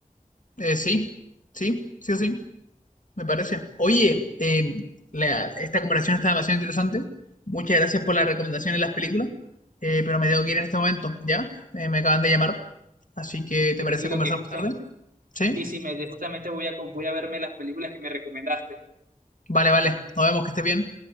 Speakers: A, on the left; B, on the right.
A: Eh, sí, sí, sí o sí. Me parece. Oye, eh, la- esta comparación está demasiado interesante. Muchas gracias por la recomendación de las películas, eh, pero me tengo que ir en este momento, ¿ya? Eh, me acaban de llamar, así que ¿te parece
B: Y
A: conversar
B: lo que justamente,
A: más tarde? ¿Sí?
B: sí, sí, me, justamente voy a, voy a verme las películas que me recomendaste.
A: Vale, vale. Nos vemos, que estés bien.